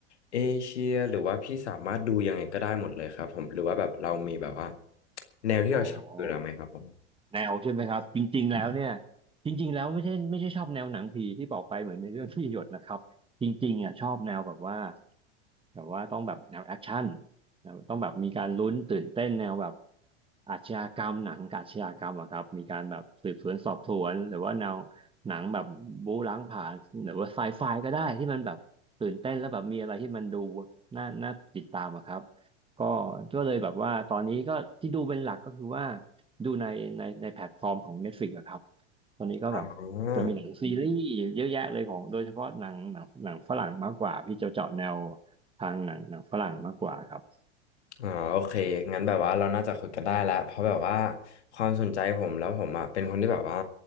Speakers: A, on the left; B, on the right.
A: เอเชียหรือว่าพี่สามารถดูยังไงก็ได้หมดเลยครับผมหรือว่าแบบเรามีแบบว่าแนวที่เราชอบดูแล้วไหมครับผม
B: อ๋อแนวใช่ไหมครับจริงๆแล้วเนี่ยจริงๆแล้วไม่ใช่ไม่ใช่ชอบแนวหนังผีที่บอกไปเหมือนในเรื่องที่หยดนะครับจริงๆอ่ะชอบแนวแบบว่าแบบว่าต้องแบบแนวแอคชั่นแนวต้องแบบมีการลุ้นตื่นเต้นแนวแบบอาชญากรรมหนังอาชญากรรมอะครับมีการแบบสืบสวนสอบสวนหรือว่าแนวหนังแบบบู๊ล้างผลาญหรือว่าไซไฟก็ได้ที่มันแบบตื่นเต้นแล้วแบบมีอะไรที่มันดูน่าน่าติดตามอะครับ ก็ก็เลยแบบว่าตอนนี้ก็ที่ดูเป็นหลักก็คือว่าดูในในในแพลตฟอร์มของ Netflix อะครับตอนนี้ก็แบบจะมีหนังซีรีส์เยอะแยะเลยของโดยเฉพาะหนังหนังหนังฝรั่งมากกว่าพี่จะเจาะแนว
A: อ๋อ
B: ทางหนังหนังฝรั่งมากกว่าครับ
A: อ๋อโอเคงั้นแบบว่าเราน่าจะคุยกันได้แล้วเพราะแบบว่าความสนใจผมแล้วผมอ่ะเป็นคนที่แบบว่า